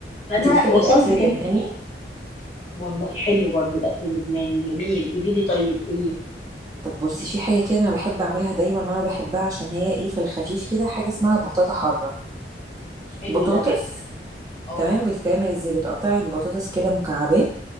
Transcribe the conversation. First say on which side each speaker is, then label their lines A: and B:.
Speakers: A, on the left (about 40°); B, on the right (about 20°).
A: فانا
B: انت بتحبي
A: وصلت
B: الاكل اللبناني
A: كمان والله حلو برضو الاكل اللبناني جميل قولي لي طيب ايه
B: طب بصي في حاجه كده انا بحب اعملها دايما وانا بحبها عشان هي ايه في الخفيف كده حاجه اسمها بطاطا حاره
A: حلو
B: بطاطس
A: ده اه
B: تمام بتتعمل ازاي بتقطعي البطاطس كده مكعبات